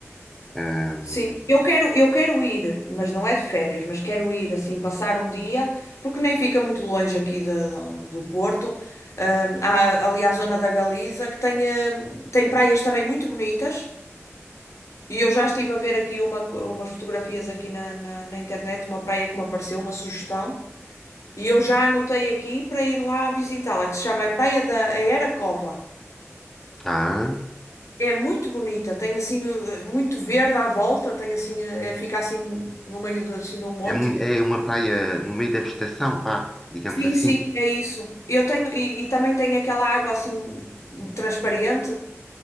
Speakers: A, in the centre; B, on the left (about 80°).
A: Ahm,
B: Sim, eu quero, eu quero ir, mas não é de férias, mas quero ir assim, passar um dia, porque nem fica muito longe aqui da- da- do Porto. Ah, há ali a zona da Galiza, que tem, eh, tem praias também muito bonitas. E eu já estive a ver aqui uma, umas fotografias aqui na, na, na internet, uma praia que me apareceu, uma sugestão. E eu já anotei aqui para ir lá visitá-la, que se chama a Praia da Aeracova.
A: ah,
B: É muito bonita, tem assim eh, muito verde à volta, tem assim, eh, é, fica assim no meio de, assim, de um monte.
A: é, mui- é uma praia no meio da vegetação, vá, digamos
B: Sim,
A: assim.
B: sim, é isso. Eu tenho, e, e também tem aquela água assim transparente.